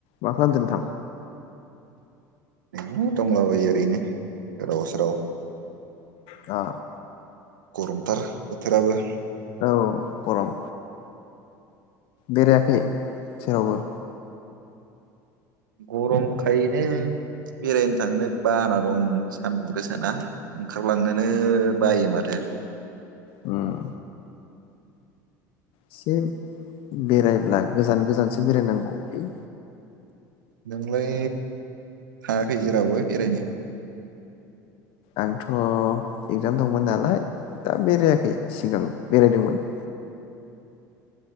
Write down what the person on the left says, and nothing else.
मा खालामदों नोंथां?
आ।
औ। गरम। बेरायाखै जेरावबो?
उम। एसे बेरायब्ला गोजान गोजानसो बेरायनांगौलै।
आंथ एगजाम दं मोनालाय दा बेरायाखै सिगां बेरायदोंमोन।